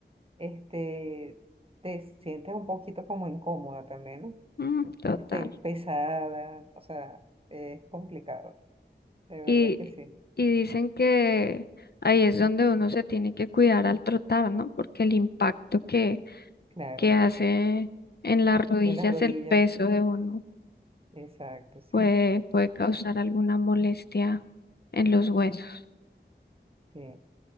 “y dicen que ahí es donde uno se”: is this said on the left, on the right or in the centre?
Left